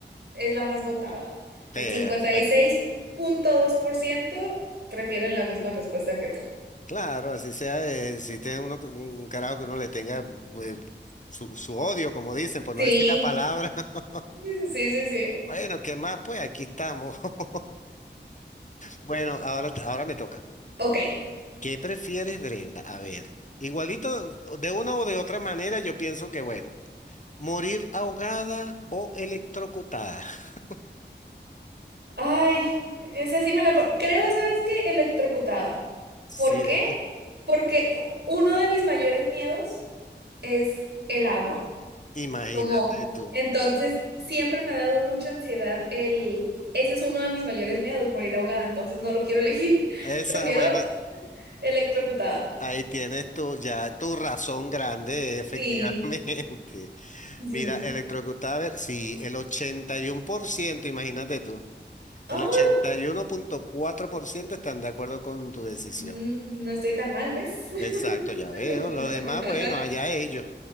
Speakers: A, on the right; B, on the left.
A: es la más votada.
B: Perfecto.
A: El cincuenta y seis punto dos por ciento prefieren la misma respuesta que tú.
B: Claro, así sea, eh, si tiene uno que- un carajo que uno le tenga eh, su, su odio, como dicen, por
A: Sí,
B: no decir la palabra. <laughs>
A: sí, sí, sí.
B: Bueno, ¿qué más? Pues aquí estamos. <laughs> Bueno, ahora, ahora me toca.
A: <laughs> Ok.
B: ¿Qué prefieres, Brenda? A ver, igualito, de una o de otra manera, yo pienso que, bueno, morir ahogada o electrocutada. <laughs>
A: Ay, esa sí me la... pon- Creo, ¿sabes qué? Electrocutada.
B: Sí,
A: ¿Por qué?
B: eh,
A: Porque uno de mis mayores miedos es el agua.
B: imagínate
A: Como,
B: tú.
A: entonces, siempre me ha dado mucha ansiedad el... Ese es uno de mis mayores miedos, morir ahogada. Entonces, no lo quiero elegir. <laughs>
B: Esa,
A: Prefiero
B: bueno,
A: electrocutada.
B: ahí tienes tú, ya tu razón grande, efectivamente.
A: Sí.
B: <laughs>
A: sí.
B: Mira, electrocutada, a ver, sí, el 81%. imagínate tú.
A: Oh,
B: El ochenta y uno punto cuatro por ciento están de acuerdo con tu decisión.
A: mm, no estoy tan mal, ¿ves?
B: Exacto, ya
A: <laughs>
B: veo. Los demás, bueno, allá ellos.